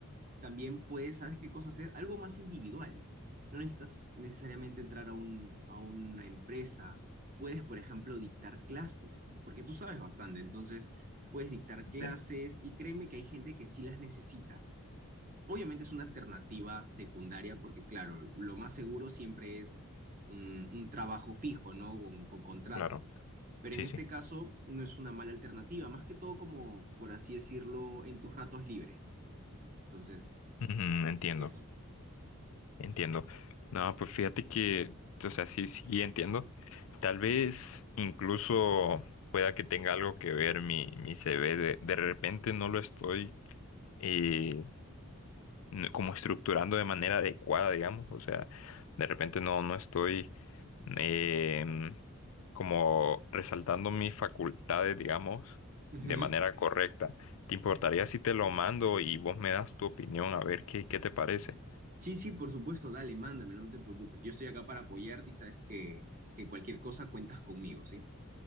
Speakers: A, on the right; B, on the left.
A: también puedes, ¿sabes qué cosa hacer? Algo más individual. No necesitas necesariamente entrar a un, a una empresa. Puedes, por ejemplo, dictar clases, porque tú sabes bastante. Entonces, puedes dictar
B: entiendo,
A: clases y créeme que hay gente que sí las necesita. Obviamente es una alternativa secundaria porque, claro, lo más seguro siempre es un, un trabajo fijo, ¿no? Con, con contrato.
B: claro.
A: Pero
B: Sí,
A: en este
B: sí.
A: caso no es una mala alternativa, más que todo como, por así decirlo, en tus ratos libres, ¿no? Entonces,
B: Ujú, entiendo.
A: eso.
B: Entiendo. No, pues fíjate que, o sea, sí, sí entiendo. Tal vez incluso pueda que tenga algo que ver mi, mi CV. De, de repente no lo estoy eh, n- como estructurando de manera adecuada, digamos. O sea, de repente no, no estoy em, como resaltando mis facultades, digamos,
A: Ujú.
B: de manera correcta. ¿Te importaría si te lo mando y vos me das tu opinión a ver qué, qué te parece?
A: Sí, sí, por supuesto, dale, mándamelo, no te preocupes. Yo estoy acá para apoyarte y sabes que, que cualquier cosa cuentas conmigo, ¿sí?